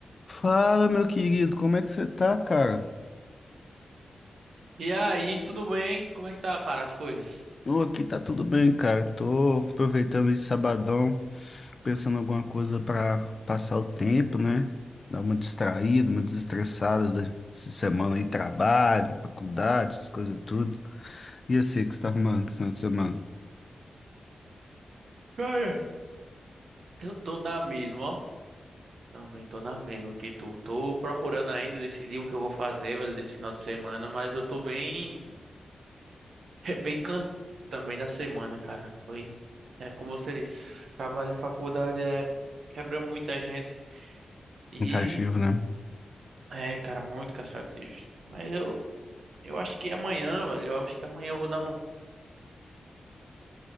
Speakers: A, on the left (about 50°); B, on the right (about 80°).
A: Fala, meu querido, como é que você tá, cara?
B: E aí, tudo bem? Como é que tá, cara, as coisas?
A: Eu aqui tá tudo bem, cara. Tô aproveitando esse sabadão, pensando em alguma coisa pra passar o tempo, né? Dar uma distraída, uma desestressada dessa semana aí, trabalho, faculdade, essas coisas tudo. E eu sei que você tá arrumando esse final de semana.
B: Cara, Eu tô na mesma, ó. Também tô na mesma que tu. Tô procurando ainda decidir o que eu vou fazer, velho, desse final de semana, mas eu tô bem, <laughs> bem cansado também da semana, cara. Foi, é como você disse, trabalho e faculdade é, quebra muita gente e
A: Cansativo, né?
B: é, cara, muito cansativo. Mas eu, eu acho que amanhã, velho, eu acho que amanhã eu vou dar uma,